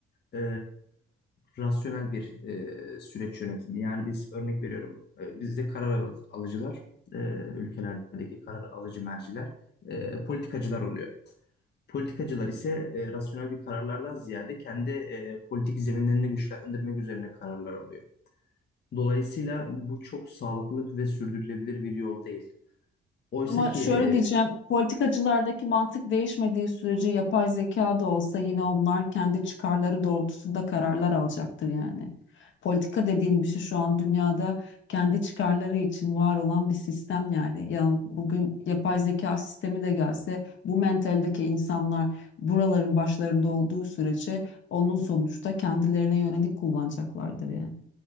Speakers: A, on the left (about 55°); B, on the left (about 70°).
A: e, rasyonel bir e, süreç yönetimi. Yani biz örnek veriyorum e, bizde karar al- alıcılar e, ülkelerdeki karar alıcı merciler e, politikacılar oluyor. Politikacılar ise e, rasyonel bir kararlardan ziyade kendi e, politik zeminlerini güçlendirmek üzerine kararlar alıyor. Dolayısıyla bu çok sağlıklı ve sürdürülebilir bir yol değil. Oysa
B: Ama
A: ki
B: şöyle
A: e,
B: diyeceğim, politikacılardaki mantık değişmediği sürece yapay zeka da olsa yine onlar kendi çıkarları doğrultusunda kararlar alacaktır yani. Politika dediğin bir şey şu an dünyada kendi çıkarları için var olan bir sistem yani. Ya bugün yapay zeka sistemi de gelse bu mentaldeki insanlar buraların başlarında olduğu sürece onun sonuçta kendilerine yönelik kullanacaklardır yani